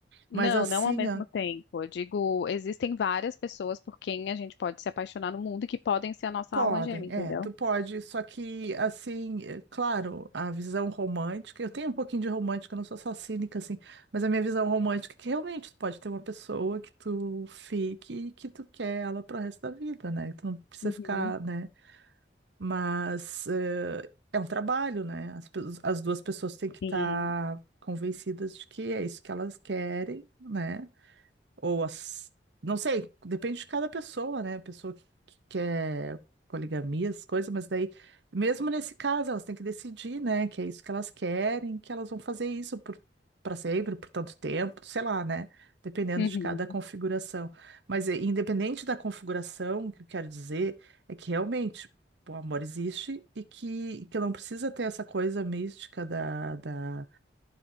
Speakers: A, on the left; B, on the right.
A: não,
B: Mas assim,
A: não ao mesmo
B: ó.
A: tempo. Eu digo, existem várias pessoas por quem a gente pode se apaixonar no mundo e que podem ser a nossa
B: Podem,
A: alma gêmea, entendeu?
B: é, tu pode, só que assim, é, claro, a visão romântica, eu tenho um pouquinho de romântica, eu não sou só cínica assim, mas a minha visão romântica é que realmente tu pode ter uma pessoa que tu fique e que tu quer ela pro resto da vida, né? Tu não precisa
A: Uhum.
B: ficar, né? Mas eh, é, um trabalho, né? As, pe- as duas pessoas têm que estar
A: Sim.
B: convencidas de que é isso que elas querem, né? Ou as. Não sei, depende de cada pessoa, né? Pessoa que, que quer poligamia, as coisas, mas daí, mesmo nesse caso, elas têm que decidir, né? Que é isso que elas querem, que elas vão fazer isso por, para sempre, por tanto tempo, sei lá, né? Dependendo
A: Uhum.
B: de cada configuração. Mas eh, independente da configuração, o que eu quero dizer é que realmente o amor existe e que, que não precisa ter essa coisa mística da, da,